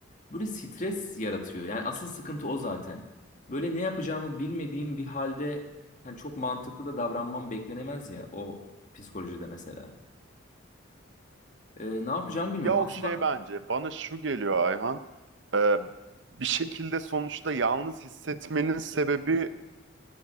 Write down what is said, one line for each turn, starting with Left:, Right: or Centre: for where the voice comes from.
Left: böyle stres yaratıyor. Yani asıl sıkıntı o zaten. Böyle ne yapacağımı bilmediğim bir halde hani çok mantıklı da davranmam beklenemez ya o psikolojide mesela. E, ne yapacağımı bilmiyorum.
Right: Ya o
Left: Aslında
Right: şey bence bana şu geliyor Ayhan. Ee, bir şekilde sonuçta yalnız hissetmenin sebebi